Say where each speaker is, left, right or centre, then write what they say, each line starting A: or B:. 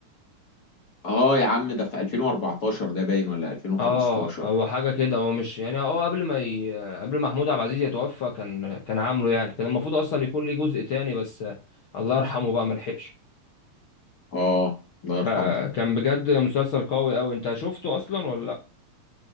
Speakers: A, on the left (about 40°); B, on the left (about 60°).
A: اه يا عم ده في 2014 ده باين ولا 2015
B: اه هو حاجة كده هو مش يعني هو قبل ما ي... قبل ما محمود عبد العزيز يتوفى كان كان عامله يعني كان المفروض اصلا يكون ليه جزء تاني بس الله يرحمه بقى ملحقش
A: اه الله
B: فكان
A: يرحمه
B: بجد مسلسل قوي قوي انت شفته اصلا ولا لا